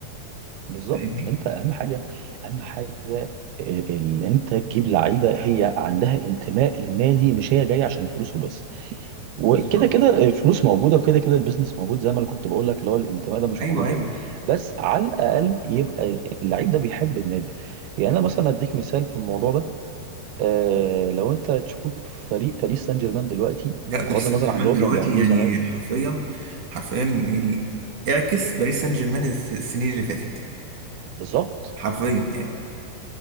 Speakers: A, on the right; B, on the right.
A: بالظبط
B: فاهمني
A: انت اهم حاجه اهم حاجه آه، ان انت تجيب لعيبه هي عندها انتماء للنادي مش هي جايه عشان الفلوس وبس وكده
B: بالظبط
A: كده الفلوس موجوده وكده كده البيزنس موجود زي ما انا كنت بقول لك اللي هو الانتماء ده مش
B: ايوه
A: موجود
B: ايوه
A: قوي بس على الاقل يبقى اللعيب ده بيحب النادي يعني انا مثلا اديك مثال في الموضوع ده آه لو انت تشوف فريق باريس سان جيرمان دلوقتي
B: لا باريس
A: بغض
B: سان
A: النظر
B: جيرمان
A: عن اللي هو
B: دلوقتي
A: كان بيعملوه
B: يعني
A: زمان
B: حرفيا حرفيا يعني اعكس باريس سان جيرمان الس- السنين اللي فاتت
A: بالظبط
B: حرفيا يعني